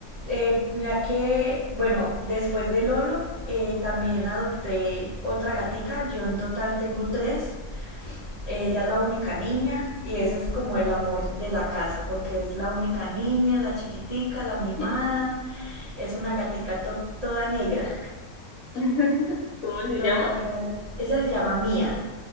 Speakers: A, on the right (about 55°); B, on the left (about 60°).
A: Eh, mira que, bueno, después de Lolo, eh, también adopté otra gatica. Yo en total tengo tres. Ella es la única niña y ese es como el amor de la casa, porque es la única niña, la chiquitica, la mimada.
B: Ay.
A: Es una gatica to- toda negra.
B: <laughs> ¿Cómo se
A: No
B: llama?
A: la regal... Ella se llama Mía.